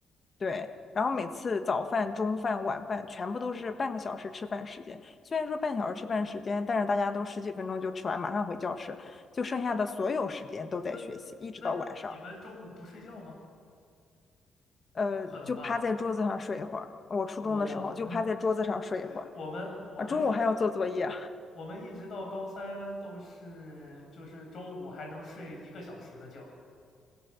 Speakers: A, on the left; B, on the left.
A: 对，然后每次早饭、中饭、晚饭全部都是半个小时吃饭时间。虽然说半小时吃饭时间，但是大家都十几分钟就吃完，马上回教室，就剩下的所有时间都在学习，
B: 那
A: 一直到晚上。
B: 那你们中午不睡觉吗？
A: 呃，
B: 不可能吧？
A: 就趴在桌子上睡一会儿。我初中的时候就趴在桌子上睡一会儿
B: 我 <laughs> 我们我们是一
A: 啊，中午还要做作业，
B: 我们一直到高三都是就是中午还能睡一个小时的觉，